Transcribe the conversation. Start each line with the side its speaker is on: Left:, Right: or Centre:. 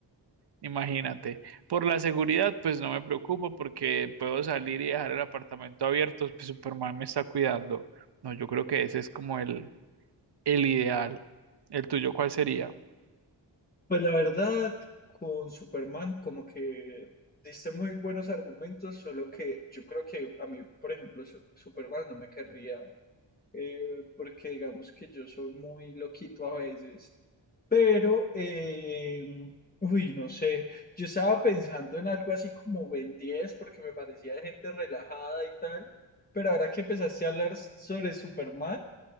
Right: Imagínate. Por la seguridad, pues no me preocupo porque puedo salir y dejar el apartamento abierto, pues Superman me está cuidando. No, yo creo que ese es como el ideal. ¿El tuyo cuál sería?
Left: Pues la verdad, con Superman como que diste muy buenos argumentos, solo que yo creo que a mí, por ejemplo, su- Superman no me querría, eh, porque digamos que yo soy muy loquito a veces. Pero, eh, uy, no sé, yo estaba pensando en algo así como Ben 10 porque me parecía de gente relajada y tal, pero ahora que empezaste a hablar sobre Superman,